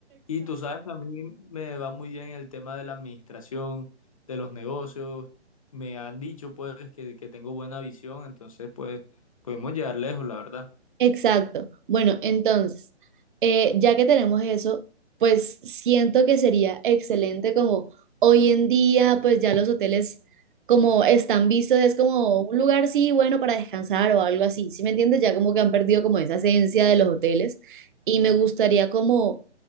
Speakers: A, on the left; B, on the right.
A: Y tú sabes, a mí me va muy bien el tema de la administración, de los negocios. Me han dicho pues que, que tengo buena visión, entonces pues podemos llegar lejos, la verdad.
B: Exacto. Bueno, entonces, eh, ya que tenemos eso, pues siento que sería excelente como hoy en día, pues ya los hoteles como están vistos, es como un lugar, sí, bueno, para descansar o algo así, ¿sí me entiendes? Ya como que han perdido como esa esencia de los hoteles y me gustaría como